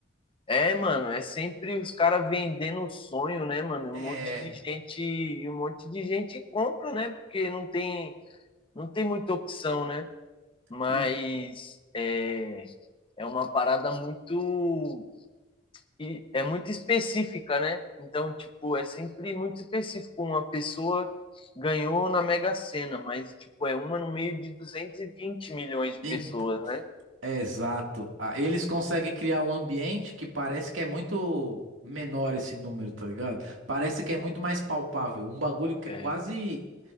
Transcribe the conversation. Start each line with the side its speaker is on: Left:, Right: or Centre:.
Left: É, mano, é sempre os caras vendendo o sonho, né, mano?
Right: É,
Left: Um monte de gente, e um monte de gente compra, né? Porque não tem, não tem muita opção, né? Mas
Right: n-
Left: é, é uma parada muito, e é muito específica, né? Então, tipo, é sempre muito específico. Uma pessoa ganhou na Mega Sena, mas, tipo, é uma no meio de 220 milhões de
Right: então,
Left: pessoas, né?
Right: é exato. Ah, Eles conseguem criar um ambiente que parece que é muito menor esse número, tá ligado? Parece que é muito mais palpável. Um bagulho que
Left: É,
Right: é quase